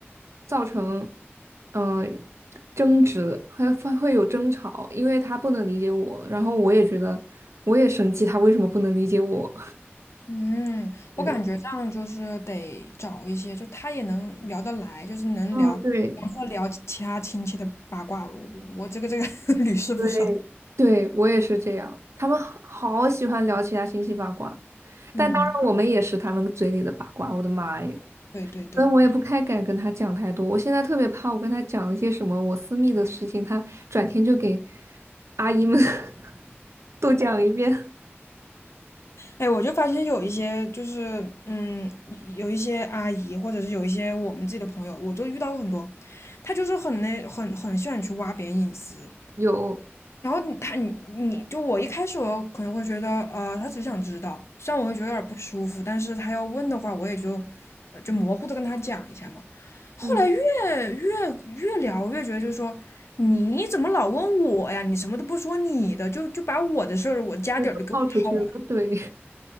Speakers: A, on the right (about 80°); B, on the left (about 75°).
A: 造成，嗯、争执，还会会有争吵，因为他不能理解我，然后我也觉得我也生气，他为什么不能理解我？
B: 嗯，
A: <laughs> 对，
B: 我感觉这样就是得找一些，就他也能聊得来，就是能聊，
A: 嗯，
B: 比方说聊其他亲戚的八卦，
A: 对。
B: 我我这个这个 <laughs> 屡试不爽。
A: 对，对，我也是这样。他们好好喜欢聊其他信息八卦，
B: 嗯，
A: 但当然我们也是他们嘴里的八卦。我的妈耶！
B: 对对对。
A: 所以我也不太敢跟他讲太多。我现在特别怕，我跟他讲一些什么我私密的事情，他转天就给阿姨们 <laughs> 都讲一遍。<laughs>
B: 哎，我就发现有一些就是，嗯，有一些阿姨，或者是有一些我们自己的朋友，我就遇到过很多，她就是很那很很喜欢去挖别人隐私。
A: 有，
B: 然后你她你你就我一开始我可能会觉得，呃，她只想知道，虽然我会觉得有点不舒服，但是她要问的话，我也就呃就模糊的跟她讲一下嘛。后来越
A: 嗯，
B: 越越聊越觉得就是说。你怎么老问我呀？你什么都不说你的，就就把我的事儿、我家底儿都给我掏
A: 那都泡出去了。对，